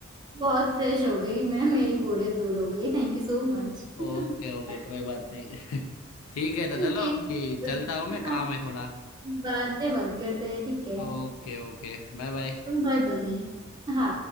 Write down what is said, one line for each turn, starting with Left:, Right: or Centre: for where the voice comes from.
Right: बहुत फ्रेश हो गई मैं मेरी बोरियत दूर हो गई थैंक यू सो मच <laughs>
Left: ओके ओके कोई बात नहीं <laughs> ठीक है तो चलो
Right: ठीक
Left: अभी
Right: है
Left: चलता हूँ मैं काम
Right: हाँ
Left: है थोड़ा
Right: बाद में बात करते हैं ठीक है
Left: Okay okay bye bye
Right: Bye bye हाँ